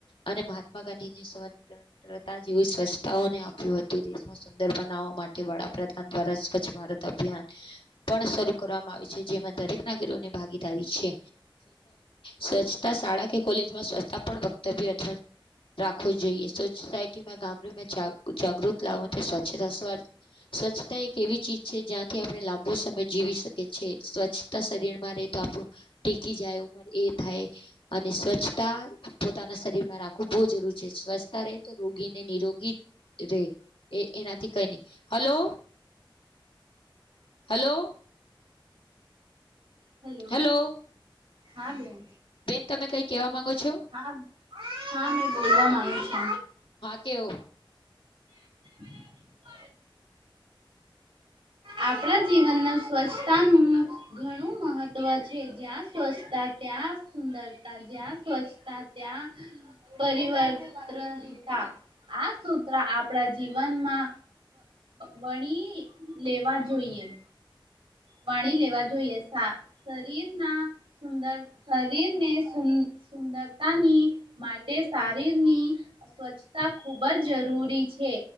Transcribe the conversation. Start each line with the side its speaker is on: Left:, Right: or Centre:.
Left: અને મહાત્મા ગાંધીની સ્વતંત્રતા જેવીું સ્વચ્છતાઓને આયુ હતુ. દેશમાં સુંદર બનાવવા માટે વડાપ્રધાન દ્વારા સ્વચ્છ ભારત અભિયાન પણ શરૂ કરવામાં આવી છે, જેમાં દરેક નાગરીની ભાગીદારી છે. સ્વચ્છતા શાળા કે કોલેજમાં સ્વચ્છતા પણ વક્તવ્ય અથવા રાખવો જોઈએ સોસાયટીમા ગામડામાં જાગૃત લાવવા માટે સ્વચ્છતા સ્ સ્વચ્છતા એક એવી ચીજ છે, જ્યાંથી આપણે લાંબો સમય જીવી શકી છીએ સ્વ્છ શરીર માં ર રહે તો આપણું ટેકી જાય ઉમર એ થાય અને સ્વચ્છતા પોતાના શરીર માં રાખવું બહુ જરૂરી છે, સ્વચ્છતા રહે તો રોગીને નિરોગી રે એ એનાથી કઈ નહી હલો. હલો
Right: હેલો
Left: હલો
Right: હા બેન
Left: બેન તમે કઈ કેવા માંગો છો
Right: હા હા મેં બોલવા માંગુ છુ.
Left: કેવ
Right: હ આપણા જીવન ના સ્વચ્છતાનુ ઘણું મહત્વ છે, જ્યાં સ્વચ્છતા ત્યાં સુંદરતા જ્યાં સ્વચ્છ ત્યાં પરિવર્તનતા આ સૂત્ર આપણા જીવનમા વણી લેવા જોઈએમ વાણી લેવા જોઈએ શરીરના સુંદર શરીર ને સુંદરતાની માટે શારીરની સ્વચ્છતા ખુબ જ જરૂરી છે.